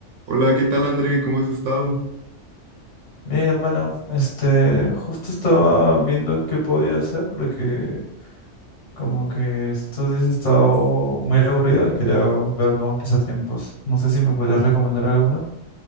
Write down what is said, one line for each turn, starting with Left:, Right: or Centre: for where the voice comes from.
Right: Hola, ¿qué tal André? ¿Cómo has estado?
Left: Bien, hermano, este, justo estaba viendo qué podía hacer porque como que estos días he estado muy aburrido y quería ver nuevos pasatiempos. No sé si me podrías recomendar alguno.